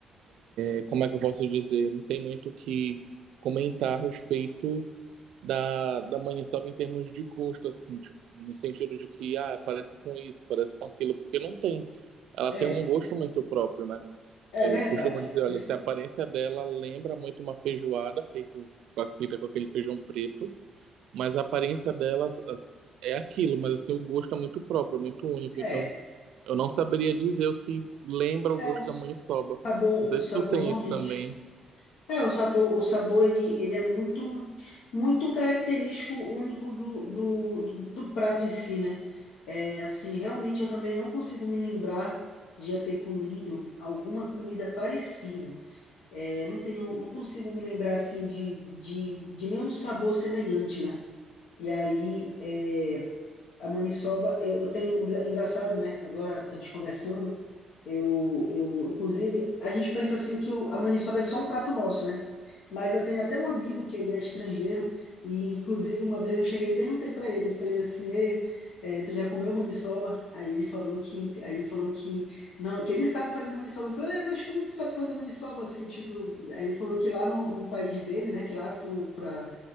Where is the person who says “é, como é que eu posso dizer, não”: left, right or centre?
Right